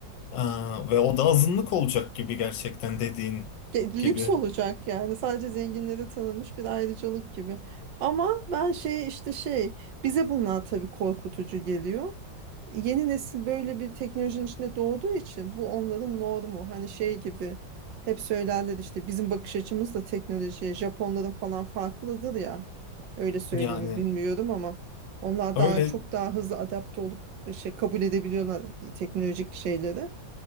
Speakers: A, on the left; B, on the right.
A: Aa, ve o da azınlık olacak gibi gerçekten dediğin
B: de-
A: gibi.
B: lüks olacak yani sadece zenginlere tanınmış bir ayrıcalık gibi. Ama ben şey işte şey bize bunlar tabii korkutucu geliyor. Yeni nesil böyle bir teknolojinin içinde doğduğu için bu onların normu. Hani şey gibi hep söylerler işte bizim bakış açımız da teknolojiye Japonların falan farklıdır ya. Öyle söylenir
A: Yani
B: bilmiyorum ama onlar
A: öyle.
B: daha çok daha hızlı adapte olup e, şey kabul edebiliyorlar teknolojik şeyleri.